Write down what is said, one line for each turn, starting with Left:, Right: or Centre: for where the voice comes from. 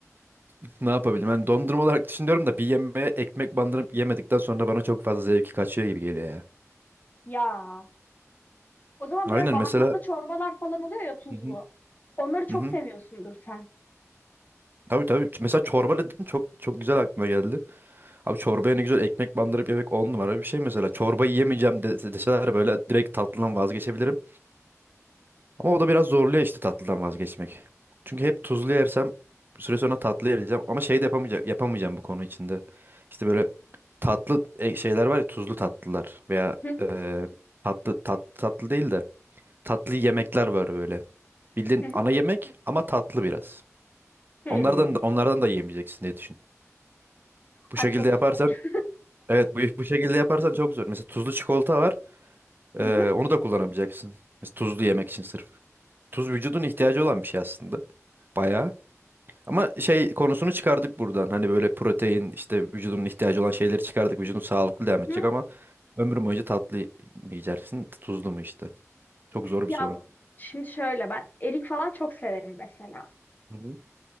Right: <laughs> ne yapabilirim? Ben dondurma olarak düşünüyorum da bir yemeğe ekmek bandırıp yemedikten sonra bana çok fazla zevki kaçıyor gibi geliyor ya.
Left: Ya o zaman
Right: Aynen
Left: böyle baharatlı
Right: mesela
Left: çorbalar falan oluyor ya tuzlu.
Right: <laughs>
Left: Onları çok
Right: Hı hı.
Left: seviyorsundur sen.
Right: Tabii tabii. Mesela çorba dedin çok çok güzel aklıma geldi. Abi çorbaya ne güzel ekmek bandırıp yemek on numara bir şey mesela. Çorba yiyemeyeceğim de- deseler böyle direkt tatlıdan vazgeçebilirim. Ama o da biraz zorluyor işte tatlıdan vazgeçmek. Çünkü hep tuzlu yersem bir süre sonra tatlı yiyeceğim. Ama şey de yapamayacak, yapamayacağım bu konu içinde. İşte böyle tatlı e, şeyler var ya tuzlu tatlılar veya
Left: Hı hı,
Right: e, tatlı tat, tatlı değil de tatlı yemekler var böyle. Bildiğin
Left: hı hı.
Right: ana yemek ama tatlı biraz.
Left: Hmm.
Right: Onlardan da, onlardan da yemeyeceksin diye düşünüyorum. Bu
Left: Ay
Right: şekilde
Left: çok
Right: yaparsan
Left: zor.
Right: evet bu, bu şekilde yaparsan çok güzel. Mesela tuzlu çikolata var.
Left: Hı
Right: Ee,
Left: hı,
Right: onu da kullanabileceksin. Mesela tuzlu yemek için sırf. Tuz vücudun ihtiyacı olan bir şey aslında. Bayağı. Ama şey konusunu çıkardık buradan. Hani böyle protein işte vücudun ihtiyacı olan şeyleri çıkardık. Vücudun sağlıklı devam edecek
Left: hı hı.
Right: ama ömrün boyunca tatlı mı yiyeceksin, tuzlu mu işte. Çok zor
Left: Ya
Right: bir soru.
Left: şimdi şöyle ben erik falan çok severim mesela.
Right: Hı hı.